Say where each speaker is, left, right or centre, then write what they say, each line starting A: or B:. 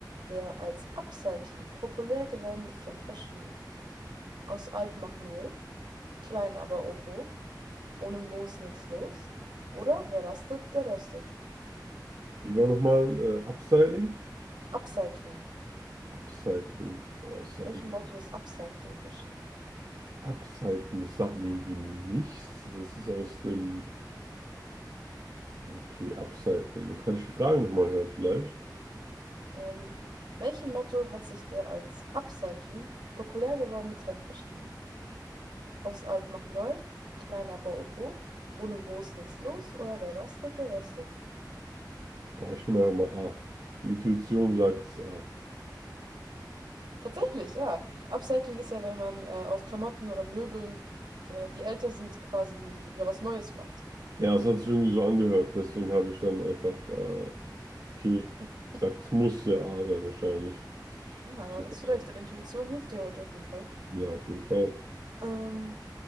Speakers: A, on the right; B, on the right.
A: der als Upcycling populär gewordene Trend verschrieben? Aus alt macht neu, klein aber oho, ohne Moos nix los. Oder wer rastet, der rostet.
B: Wie war nochmal äh, Upstyling?
A: Upcycling.
B: Upcycling. Boah, das sagt
A: Welchem
B: mir.
A: Motto ist Upcycling verschrieben?
B: Upcycling, das sagt mir irgendwie nichts. Das ist aus dem. Okay, Upcycling. Und kann ich die Frage nochmal hören, vielleicht?
A: Ähm, welchem Motto hat sich der als Upcycling populär gewordene Trend verschrieben? Aus alt macht neu, klein aber oho, ohne Moos nix los oder wer rastet, der rostet.
B: Boah, ich nehme einfach mal A. Die Intuition sagt es A.
A: Tatsächlich, ja. Upcycling ist ja, wenn man äh, aus Klamotten oder Möbeln, äh, die älter sind, quasi wieder was Neues macht.
B: Ja, es hat sich irgendwie so angehört. Deswegen habe ich dann einfach, äh, okay,
A: <laughs>
B: gesagt, es muss ja A sein, wahrscheinlich.
A: Ja, da
B: Ja,
A: hast du recht. Deine Intuition hilft dir heute auf jeden Fall.
B: ja auf jeden Fall.
A: Ähm,